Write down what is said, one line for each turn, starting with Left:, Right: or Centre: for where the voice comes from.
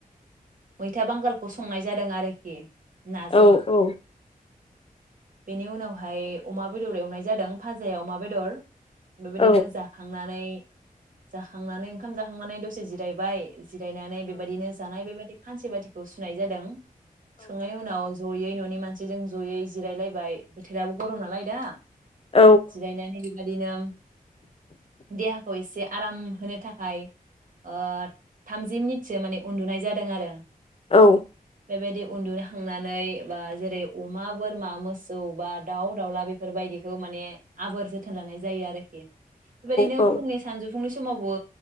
Right: मैथा बांगालखौ संनाय जादों आरोखि नाजों
Left: औ-औ
Right: बेनि उनावहाय अमा बेदर एवनाय जादों फाजाया अमा बेदर बेबायदिनो
Left: औ उम
Right: जाखांनानै जाखांनानै ओंखाम जाखांनानै दसे जिरायबाय जिरायनानै बेबायदिनो जानाय बेबायदि खानसि-बाथिखौ सुनाय जादों सुनाय उनाव जयै न'नि मानसिजों जयै जिरायलायबाय बोथोराबो गरम नालाय दा
Left: औ
Right: जिरायनानै बेबायदिनो देहाखौ इसे आराम होनो थाखाय ओ थामजि मिनिटसो माने उन्दुनाय जादों आरो
Left: औ
Right: बेबायदि उन्दुखांनानै बा जेरै अमा बोरमा मोसौ बा दाउ दाउला बेफोरबायदिखौ माने आबोर जोथोन लानाय जायो आरो ए <inaudible> बेबायदिनो
Left: औ
Right: फुंनि सानजौफु फुंनि समावबो